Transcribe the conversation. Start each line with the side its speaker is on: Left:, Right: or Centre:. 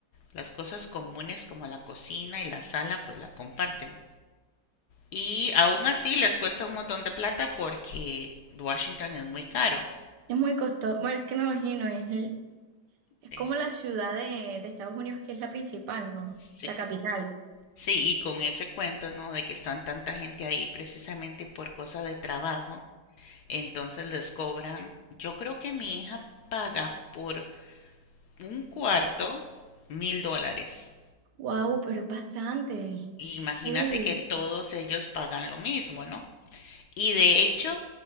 Left: Las cosas comunes como la cocina y la sala pues la comparten. Y aún así les cuesta un montón de plata porque Washington es muy caro.
Right: Es muy costoso. Bueno, es que me imagino, es, l- es
Left: Es-
Right: como la ciudad de, de Estados Unidos que es la principal, ¿no?
Left: Sí,
Right: La capital.
Left: sí, sí, y con ese cuento, ¿no? De que están tanta gente ahí precisamente por cosa de trabajo, entonces les cobran, yo creo que mi hija paga por un cuarto mil dólares.
Right: Wow, pero es bastante.
Left: Imagínate
Right: Full.
Left: que todos ellos pagan lo mismo, ¿no? Y de hecho,